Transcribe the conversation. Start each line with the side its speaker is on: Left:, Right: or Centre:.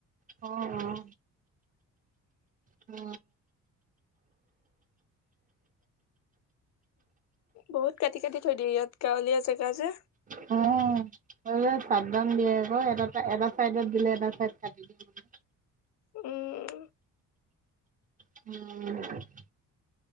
Right: অ অ উ
Left: বহুত কাটি কাটি থৈ দিয়ে ইয়াত গাঁৱলীয়া জেগা যে
Right: অ চাত ডাঊন দিয়ে আক এটা এটা চাইডত দিলে এটা চাইড কাটি দিয়ে মানে।
Left: উম
Right: উম